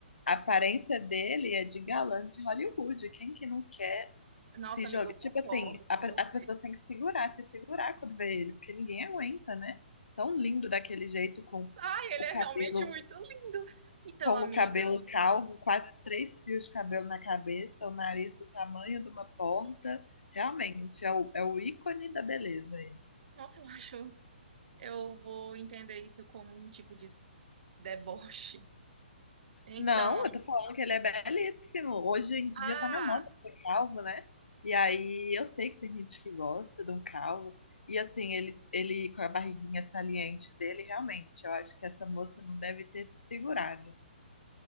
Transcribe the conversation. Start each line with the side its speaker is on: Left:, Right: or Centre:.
Left: a aparência dele é de galã de Hollywood. Quem que não quer
Right: Nossa,
Left: se
Right: amiga,
Left: joga.
Right: eu
Left: Tipo
Right: concordo
Left: assim, a
Right: com
Left: pe-
Right: você.
Left: as pessoas têm que segurar, se segurar quando vê ele, porque ninguém aguenta, né? Tão lindo daquele jeito, com
Right: Ai, ele
Left: o
Right: é
Left: cabelo,
Right: realmente muito lindo. Então,
Left: com
Right: amiga,
Left: o cabelo calvo, quase três fios de cabelo na cabeça, o nariz do tamanho de uma porta. Realmente, é o, é o ícone da beleza
Right: nossa, eu acho, eu vou entender isso como um tipo de s- deboche. Então,
Left: Não, eu tô falando que ele é belíssimo. Hoje em dia
Right: ah,
Left: tá na moda ser calvo, né? E aí eu sei que tem gente que gosta de um calvo. E assim, ele, ele com a barriguinha saliente dele, realmente, eu acho que essa moça não deve ter se segurado.